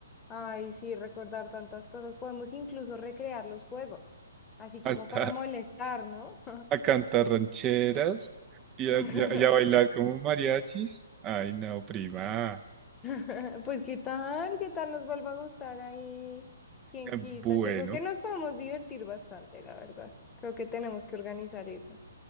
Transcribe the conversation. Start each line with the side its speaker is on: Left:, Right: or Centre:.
Left: Ay, sí, recordar tantas cosas. Podemos incluso recrear los juegos, así como
Right: A,
Left: para
Right: a-
Left: molestar, ¿no?
Right: a cantar rancheras y
Left: <laughs>
Right: a, y a- y a bailar como mariachis. Ay, no, prima.
Left: <laughs> Pues qué tal, qué tal nos vuelva a gustar ahí, quién
Right: <laughs>
Left: quita.
Right: Bueno.
Left: Yo creo que nos podemos divertir bastante, la verdad. Creo que tenemos que organizar eso.